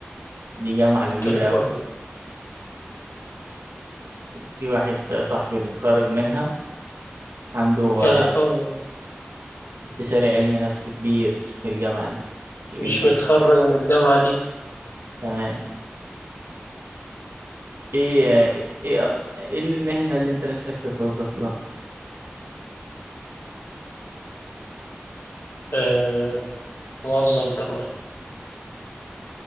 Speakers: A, on the right; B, on the left.
A: دي جامعة كبيرة
B: كاليفورنيا
A: أوي في واحد صاحبي متخرج منها عنده
B: كاليفورنيا
A: آه، استشاري علمي نفس كبير في الجامعة دي كبير
B: مش
A: جدا
B: متخرج من الجامعة دي
A: تمام ايه ايه ايه إيه المهنة اللي انت نفسك تتوظف لها
B: آه موظف ضرايب